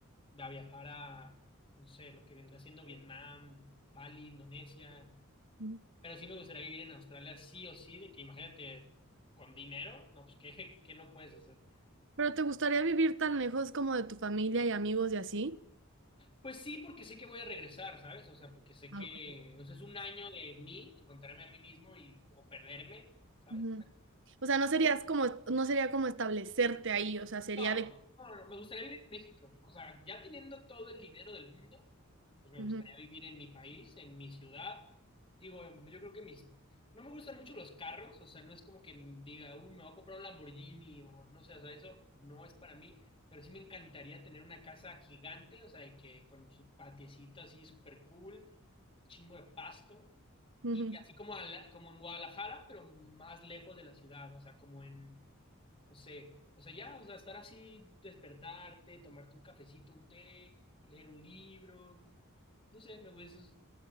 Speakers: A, on the left (about 25°); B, on the right (about 60°).
A: a viajar a, no sé, lo que vendrá siendo Vietnam, Bali, Indonesia.
B: ¿no?
A: Pero sí me gustaría vivir en Australia, sí o sí, de que imagínate, con dinero, no, pues, ¿qué, qué no puedes hacer?
B: Pero ¿te gustaría vivir tan lejos como de tu familia y amigos y así?
A: Pues sí, porque sé que voy a regresar, ¿sabes? O sea, porque sé
B: Ah,
A: que,
B: ok.
A: o sea, es un año de mí, encontrarme a mí mismo y, o perderme, ¿sabes?
B: Ujú. O sea, no serías como, no sería como establecerte ahí, o sea, sería
A: No,
B: de...
A: no, no, me gustaría vivir en México. O sea, ya teniendo todo el dinero del mundo, pues me
B: Ujú.
A: gustaría vivir en mi país, en mi ciudad. Digo, yo creo que mis... No me gustan mucho los carros, o sea, no es como que diga, uy, me voy a comprar un Lamborghini o no sé, o sea, eso no es para mí, pero sí me encantaría tener una casa gigante, o sea, de que con su patiecito así súper cool, chingo de pasto
B: Ujú.
A: y así como, a la- como en Guadalajara, pero más lejos de la ciudad, o sea, como en, no sé, o sea, ya, o sea, estar así, despertarte, tomarte un cafecito, un té, leer un libro, no sé, me gusta eso.